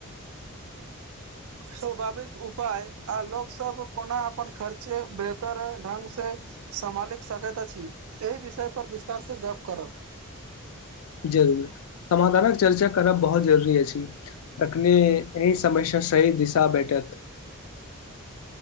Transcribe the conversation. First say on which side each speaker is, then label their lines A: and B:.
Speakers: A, on the left (about 75°); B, on the right (about 75°).
A: <inaudible>
B: स्वभाविक उपाय आ लोक सब कोना अपन खर्चे बेहतर ढंग से सम्हालि सकैत अछि एहि विषय पर विस्तार से गप करब
A: जरूर समाधानक चर्चा करब बहुत जरुरी अछि तखने एहि समस्या सही दिशा भेटत